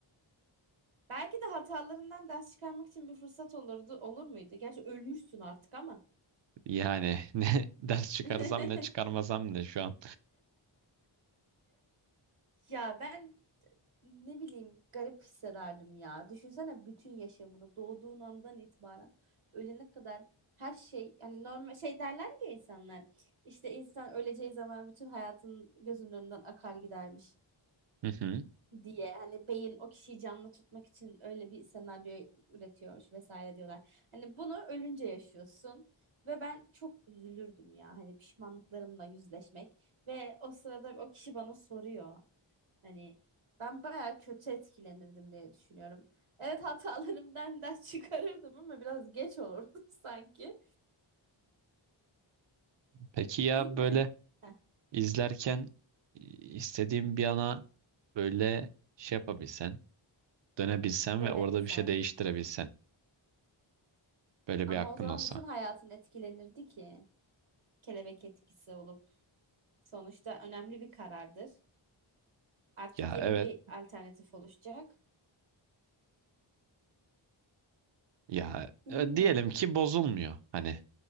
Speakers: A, on the right; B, on the right.
A: Belki de hatalarından ders çıkarmak için bir fırsat olurdu. Olur muydu? Gerçi ölmüşsün artık ama.
B: Yani <laughs> ne ders çıkarsam
A: <laughs>
B: ne çıkarmasam ne şu an.
A: Ya ben Ne bileyim garip hissederdim ya. Düşünsene bütün yaşamını doğduğun andan itibaren ölene kadar her şey yani normal şey derler ya insanlar işte insan öleceği zaman bütün hayatın gözünün önünden akar gidermiş
B: Hı hı.
A: diye. Hani beyin o kişiyi canlı tutmak için öyle bir senaryo üretiyormuş vesaire diyorlar. Hani bunu ölünce yaşıyorsun ve ben çok üzülürdüm ya hani pişmanlıklarımla yüzleşmek ve o sırada o kişi bana soruyor. Hani ben bayağı kötü etkilenirdim diye düşünüyorum. Evet hatalarımdan ders <laughs> çıkarırdım ama biraz geç olurdu <laughs> sanki.
B: Peki ya
A: Değil mi?
B: böyle
A: Heh,
B: İzlerken istediğin bir ana böyle şey yapabilsen, dönebilsen
A: dönebilsen.
B: ve orada bir şey değiştirebilsen. Böyle
A: Ama
B: bir hakkın
A: o zaman
B: olsa.
A: bütün hayatın etkilenirdi ki. Kelebek etkisi olup. Sonuçta önemli bir karardır. Artık
B: Ya
A: yeni
B: evet,
A: bir alternatif oluşacak.
B: ya
A: Bilmiyorum.
B: e, diyelim ki bozulmuyor. Hani